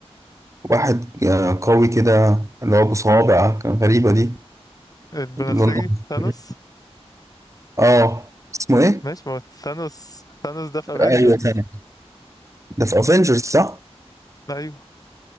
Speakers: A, on the right; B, on the left.
A: واحد آه، قوي كده اللي هو أبو صوابع كان غريبة دي
B: البنفسجي
A: لونه أصفر.
B: ثانوس
A: اه اسمه ايه؟
B: ماشي ما هو ثانوس ثانوس ده في افنجرز
A: ايوه ثاني ده في افنجرز صح؟
B: ايوه